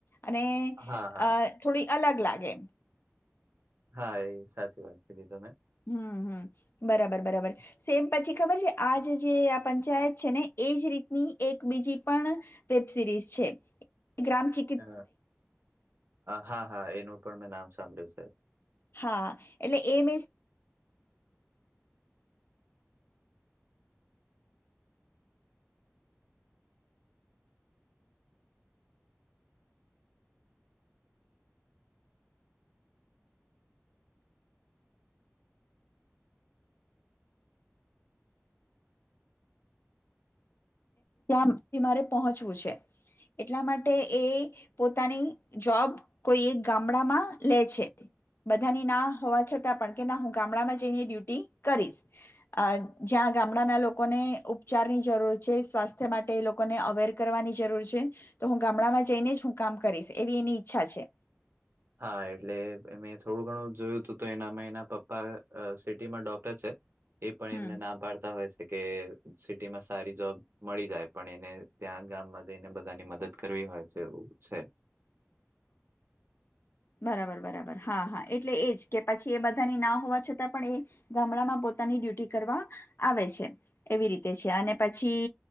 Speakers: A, on the left; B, on the right.
A: અને
B: હા, હા.
A: અ થોડી અલગ લાગે
B: હા, એ સાચી વાત કીધી તમે
A: હમ.. હમ, બરાબર-બરાબર સેમ પછી ખબર છે આજ જે આ પંચાયત છે ને એજ રીતની એક બીજી પણ વેબ સિરીઝ છે ગ્રામ ચી
B: હ હા હા એનું પણ મેં નામ સાંભળ્યું છે.
A: હા એટલે એ મેં ત્યાં મારે પહોંચવું છે એટલા માટે એ પોતાની જોબ કોઈ એક ગામડામાં લે છે. બધાની ના હોવા છતાં પણ કે ના હું ગામડામાં જઈને ડ્યુટી કરીશ. અ જ્યાં ગામડાના લોકોને ઉપચાર ની જરૂર છે સ્વાસ્થ્ય માટે એ લોકોને અવેર કરવાની જરૂર છે. તો હું ગામડામાં જઈને જ હું કામ કરીશ એવી એની ઈચ્છા છે.
B: હા એટલે મે થોડું ઘણું જોયું હતું તો એનામાં એના પપ્પા સિટીમાં ડોક્ટર છે. એ પણ
A: હમ
B: એમને ના પાડતા હોય છે કે સિટીમાં સારી જોબ મળી જાય પણ એને ત્યાં ગામમાં જઈને બધાની મદદ કરવી હોય છે તેવું છે.
A: બરાબર, બરાબર, હા, હા એટલે એજ કે પછી એ બધાની ના હોવા છતાં પણ એ ગામડા માં પોતાની ડ્યુટી કરવા આવે છે. એવી રીતે છે અને પછી